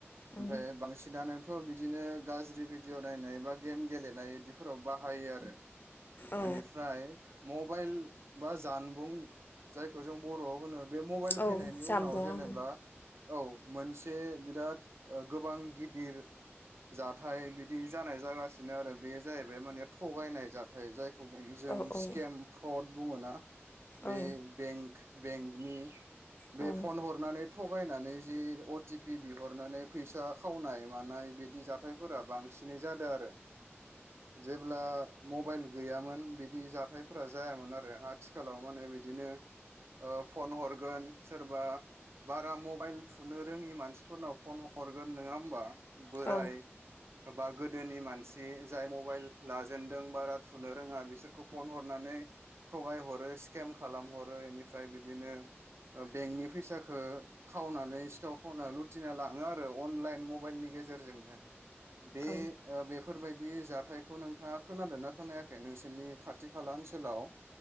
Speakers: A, on the left; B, on the right.
A: औ
B: ओमफ्राय बांसिनानोथ बिदिनो गाज्रि बि भिडिअ नायनाय बा गेम गेलेनाय इदिफोराव बाहायो आरो।
A: औ
B: इनिफ्राय मबाइल बा जानबुं जायखौ जों बरआव होनो बे
A: औ
B: फैनायनि
A: जामबुं
B: उनाव जेनेबा औ मोनसे बिराद ओ गोबां गिदिर जाथाय बिदि जानाय जागासिनो आरो बे जाहैबाय माने थगायनाय जाथाय जाय जों
A: औ औ
B: स्केम फ्रद बुङोना बे
A: औ
B: बेंक बेंकनि बे
A: औ अ उम
B: फन हरनानै थगायनानै जि अटिपि बिहरनानै फैसा खावनाय मानाय बिदि जाथायफोरा बांसिन फिसिनाय जादों आरो। जेब्ला मबाइल गैयामोन बिदि जाथायफोरा जायामोन आरो आ थिखालाव माने बिदिनो ओ फन हरगोन सोरबा बारा मबाइल थुनो रोङि मानसिफोरनाव फन हरगोन नङा होमबा। बोराय
A: औ
B: ओब बा गोदोनि मानसि जाय मबाइल लाजेनदों बारा थुनो रोङा बिसोरखौ फन हरनानै थगाय हरो स्केम खालाम हर। आरो बेनिफ्राय बिदिनो ओ बेंकनि फैसाखौ खावनानै सिथाव खावनानै लुथिना लाङो आरो अनलाइन मबाइलनि गेजेरजोंनो। बे
A: औ
B: ओ बेफोरबायदि जाथायखौ नोंथाङा खोनादों ना खोनायाखै? बे नोंसोरनि खाथि-खाला ओनसोलाव?